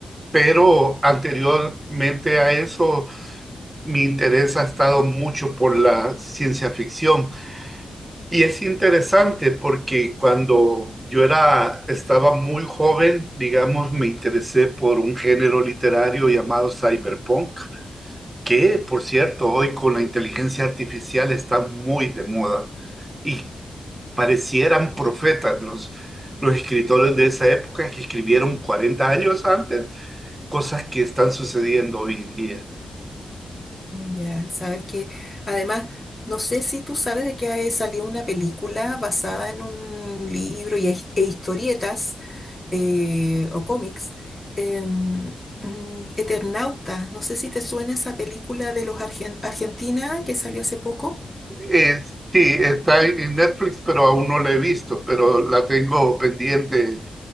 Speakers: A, on the right; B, on the left.
A: pero anteriormente a eso mi interés ha estado mucho por la ciencia ficción. Y es interesante porque cuando yo era, estaba muy joven, digamos, me interesé por un género literario llamado cyberpunk, que por cierto hoy con la inteligencia artificial está muy de moda. Y parecieran profetas los, los escritores de esa época que escribieron 40 años antes cosas que están sucediendo hoy en día.
B: Ya, sabes que además, no sé si tú sabes de que hay- salió una película basada en un libro y, es- e historietas eh, o cómics. em, mm, Eternauta, no sé si te suena esa película de los argen- Argentina que salió hace poco.
A: Eh, sí, está en Netflix, pero aún no la he visto, pero la tengo pendiente